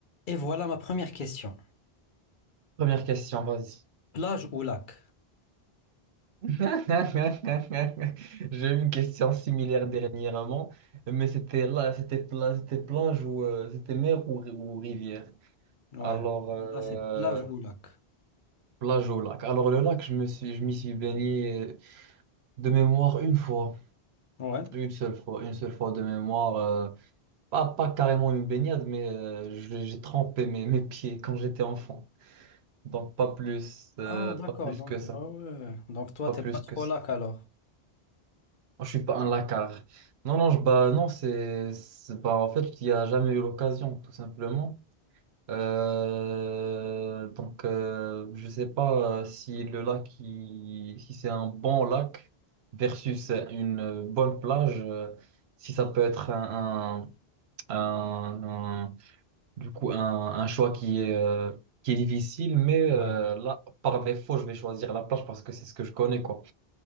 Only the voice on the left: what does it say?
Et voilà ma première question.
Plage ou lac?
Ouais,
là c'est plage ou lac.
Ouais.
Ah d'accord,
donc
ah ouais. Donc toi
t'es
pas
trop
lac alors.
Ouais.